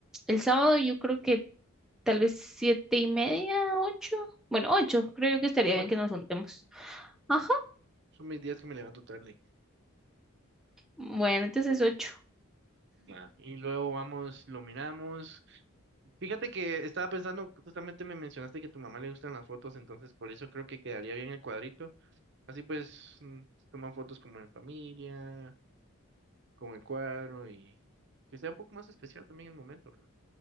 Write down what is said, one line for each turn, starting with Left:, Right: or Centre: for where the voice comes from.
Centre: el sábado yo creo que tal vez siete y media, ocho. Bueno, ocho. Creo que estaría
Right: Oye,
Centre: bien que nos juntemos. Ajá.
Right: son mis días que me levanto tarde.
Centre: Bueno, entonces ocho.
Right: Ya. Y luego vamos, lo miramos. Fíjate que estaba pensando, justamente me mencionaste que a tu mamá le gustan las fotos, entonces por eso creo que quedaría bien el cuadrito. Así pues, mm, toman fotos como en familia, con el cuadro y que sea un poco más especial también el momento, ¿verdad?